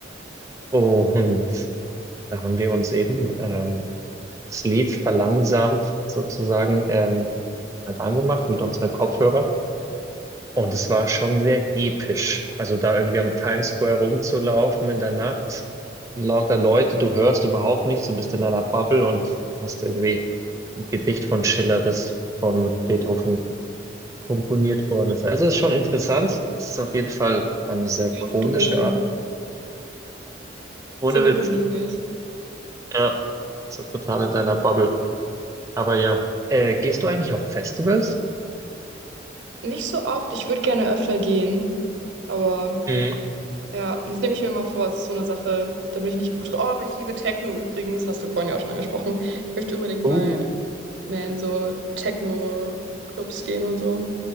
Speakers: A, on the right (about 15°); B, on the right (about 80°).
A: und da haben wir uns eben ähm, das Lied verlangsamt sozusagen ähm, halt angemacht mit unseren Kopfhörern. Und es war schon sehr episch. Also da irgendwie am Times Square rumzulaufen in der Nacht, lauter Leute, du hörst überhaupt nichts, du bist in deiner Bubble und hast irgendwie ein Gedicht von Schiller, das von Beethoven komponiert worden ist. Also es ist schon interessant. Das ist auf jeden Fall eine sehr
B: Wie
A: komische
B: auf Drogen.
A: Art. Ohne
B: Sinne
A: Witz.
B: benebelt.
A: Ja, ist ja total in deiner Bubble. Aber ja, äh, gehst du eigentlich auf Festivals?
B: Nicht so oft, ich würde gerne öfter gehen, aber.
A: Mhm.
B: Ja, das nehme ich mir mal vor. Das ist so eine Sache, da bin ich nicht gut drin. Oh, aber ich liebe Techno übrigens, hast du vorhin ja auch schon angesprochen. Ich möchte unbedingt
A: Uh,
B: mal mehr in so Techno-Clubs gehen und so.